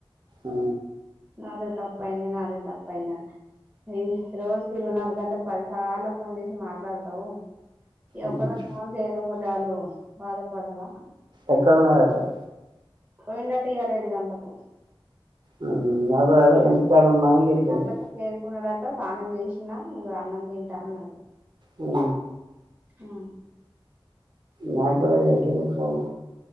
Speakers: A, on the right (about 55°); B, on the right (about 20°).
A: ఆ
B: నాదే తప్పయింది నాదే తప్పయింది అని ఈ రోజుకి ఇరవై నాలుగు గంటలు పదిసార్లు ఫోన్ చేసి మాట్లాడదావు ఎవరోజు
A: ఉమ్.
B: ఫోన్ చేయకపోతే వాళ్ళు బాధపడరా
A: ఎక్కడన్నాది అట
B: పోయిండట ఇ్యల ఏడు గంటలకు
A: ఉమ్, నాకు కూడా అదే ఇంటికాడ ఉన్నా అని
B: ఏడు
A: చెప్పిండు
B: గంటలకు చేరుకున్నాడట స్నానం చేసిన ఇగ అన్నం తింటన్నాడు
A: ఉ
B: ఆ
A: నా కూడ చేసిండు ఫోన్